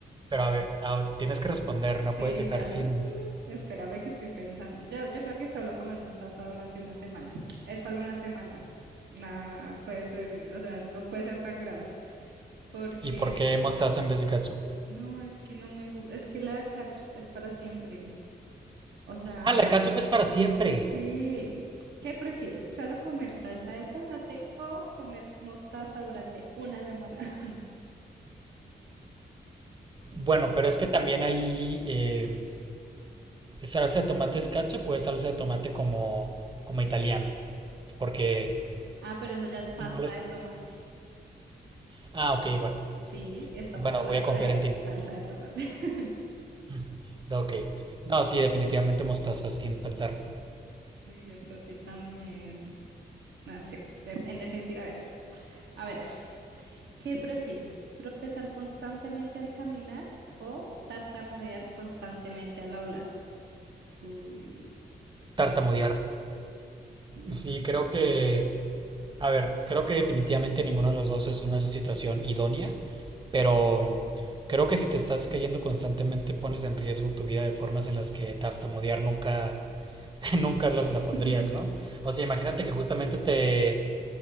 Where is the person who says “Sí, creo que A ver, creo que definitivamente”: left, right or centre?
Right